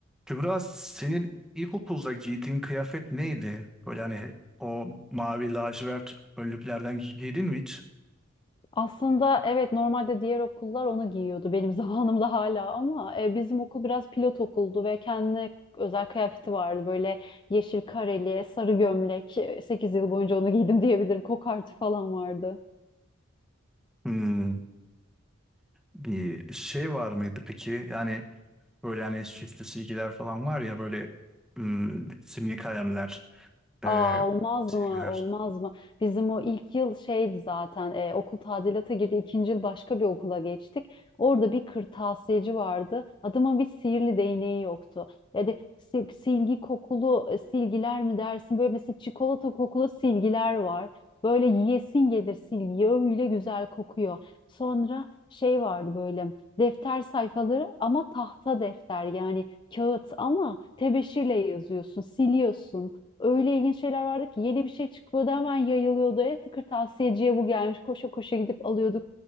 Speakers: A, in the centre; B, on the left (about 25°).
A: Kübra senin ilkokulda giydiğin kıyafet neydi? Böyle hani o mavi lacivert önlüklerden gi- giydin mi hiç?
B: Aslında evet normalde diğer okullar onu giyiyordu benim <laughs> zamanımda hala ama e, bizim okul biraz pilot okuldu ve kendine özel kıyafeti vardı. Böyle yeşil kareli, sarı gömlek. e, sekiz yıl boyunca onu giydim diyebilirim. Kokartı falan vardı.
A: Hmm. Bir şey var mıydı peki? Yani böyle hani süslü silgiler falan var ya böyle ım, simli kalemler,
B: Aa,
A: e,
B: olmaz
A: silgiler.
B: mı? Olmaz mı? Bizim o ilk yıl şeydi zaten e, okul tadilata girdi. ikinci yıl başka bir okula geçtik. Orada bir kırtasiyeci vardı. Adamın bir sihirli değneği yoktu. Yani si- silgi kokulu e, silgiler mi dersin? Böyle mesela çikolata kokulu silgiler var. Böyle yiyesin gelir silgi. Öyle güzel kokuyor. Sonra şey vardı böyle defter sayfaları ama tahta defter yani kağıt ama tebeşirle yazıyorsun, siliyorsun öyle ilginç şeyler vardı ki yeni bir şey çıkıyordu hemen yayılıyordu. E, tıkır tavsiyeciye bu gelmiş. Koşa koşa gidip alıyorduk.